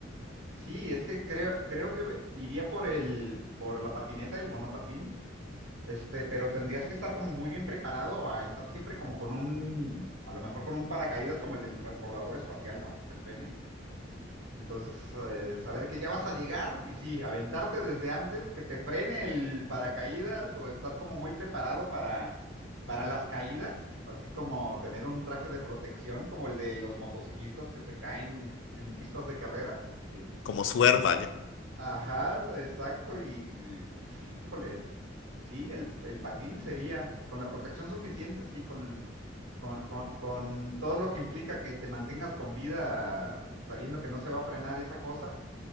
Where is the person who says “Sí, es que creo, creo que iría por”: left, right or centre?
Right